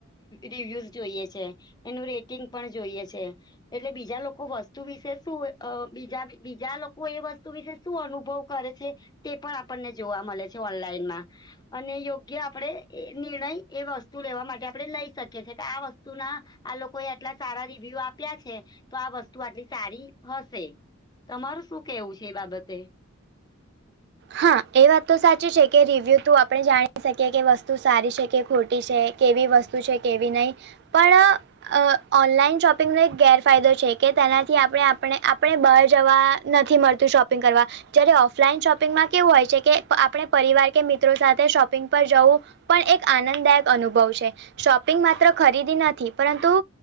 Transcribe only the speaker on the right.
હા એ વાત તો સાચી છે કે રિવ્યુું થ્રૂ આપણે જાણી શકીએ કે વસ્તુ સારી છે કે ખોટી છે. કેવી વસ્તુ છે કેવી નહી પણ.. અ ઓનલાઈન શોપિંગનો એક ગેરફાયદો છે કે તેનાથી આપણે આપણે આપણે બહાર જવા... નથી મળતું શોપિંગ કરવા જયારે ઓફલાઈન શોપિંગ... શોપિંગમાં કેવું હોય છે કે આપણે પરિવાર કે મિત્રો સાથે શોપિંગ પર જવું... પણ એક આનંદદાયક અનુભવ છે. શોપિંગ માત્ર ખરીદી નથી પરંતુ...